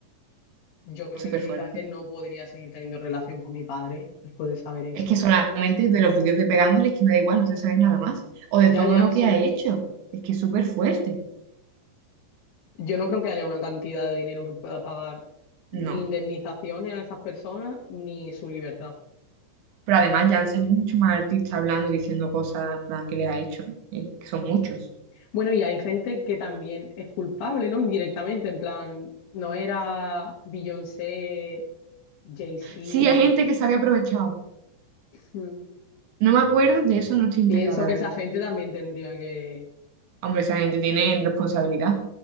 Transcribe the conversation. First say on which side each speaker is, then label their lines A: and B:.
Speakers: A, on the left; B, on the right.
A: Yo creo
B: súper
A: que directamente
B: fuerte.
A: no podría seguir teniendo relación con mi padre después de saber eso.
B: Es que solamente de los vídeos de pegándole es que me da igual, no quiero saber nada más. O de
A: Ya,
B: todo
A: ya,
B: lo que
A: sí.
B: ha hecho. Es que es súper fuerte.
A: Yo no creo que haya una cantidad de dinero que pueda pagar ni
B: No.
A: indemnizaciones a esas personas ni su libertad.
B: Pero además ya han salido mucho más artistas hablando y diciendo cosas en plan, que le ha hecho, él, que son muchos.
A: Bueno, y hay gente que también es culpable, ¿no? Indirectamente, en plan, no era Beyoncé, Jay-Z.
B: Sí, hay gente que se había aprovechado.
A: Mm.
B: No me acuerdo, de eso no estoy enterada,
A: Pienso
B: la
A: que
B: verdad.
A: esa gente también tendría que...
B: Hombre, esa gente tiene responsabilidad.